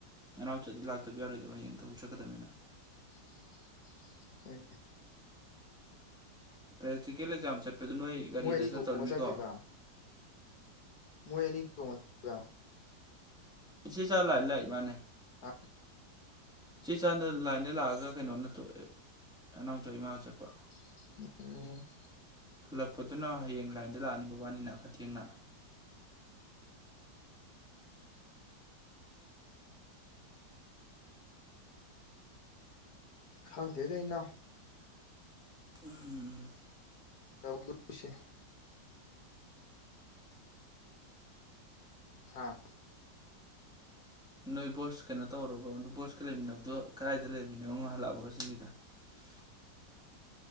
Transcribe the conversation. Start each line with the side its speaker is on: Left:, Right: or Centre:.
Centre: ꯅꯅꯥꯎꯆꯥꯗꯤ ꯂꯥꯛꯇꯕ ꯌꯥꯔꯣꯏꯗꯕ ꯍꯌꯦꯡ ꯊꯕꯛ ꯆꯠꯀꯗꯕꯅꯤꯅ
Left: <unintelligible> ꯍꯣꯢꯅꯦ
Centre: ꯄ꯭ꯔꯦꯛꯇꯤꯀꯦꯜ ꯑꯦꯛꯖꯥꯝ ꯆꯠꯄꯗꯨ ꯅꯣꯏ ꯒꯥꯔꯤꯗ
Left: ꯃꯣꯏ ꯑꯅꯤ
Centre: ꯆꯠꯇꯧꯔꯤꯃꯤꯀꯣ
Left: ꯇꯣꯡꯉ ꯆꯠꯈꯤꯕ ꯃꯣꯏ ꯑꯦꯅꯤ ꯊꯣꯡꯍꯟꯗꯣꯢꯕ
Centre: ꯏꯆꯦꯆꯥ ꯂꯥꯢꯟ ꯂꯥꯛꯢꯃꯥꯟꯅꯦ
Left: ꯍꯥ
Centre: ꯏꯆꯦꯆꯥꯗ ꯂꯥꯏꯟꯗ ꯂꯥꯛꯑꯒ ꯀꯩꯅꯣ ꯅꯠꯇ꯭ꯔꯣ ꯑꯅꯥꯎꯆꯥꯒ ꯏꯃꯥꯒ ꯆꯠꯄ
Left: <unintelligible>
Centre: ꯍꯜꯂꯛꯄꯗꯨꯅ ꯍꯌꯦꯡ ꯂꯥꯏꯟꯗ ꯂꯥꯛꯑꯅꯤ ꯃꯕꯥꯅꯤꯅ ꯈꯔ ꯊꯦꯡꯅ
Left: ꯈꯪꯗꯦꯗ ꯏꯅꯥꯎ
Centre: ꯎꯝ
Left: ꯇꯧꯗꯣꯢꯁꯦ ꯍꯥꯥ
Centre: ꯅꯣꯏ ꯕꯣꯁ ꯀꯩꯅꯣ ꯇꯧꯔꯕ꯭ꯔꯣ ꯕꯣꯁꯀ ꯂꯩꯃꯤꯟꯅꯕꯗꯣ ꯀꯗꯥꯏꯗ ꯂꯩꯃꯤꯟꯅꯕꯣ ꯍꯜꯂꯛꯑꯕꯣ ꯁꯤꯅꯤꯗ <unintelligible>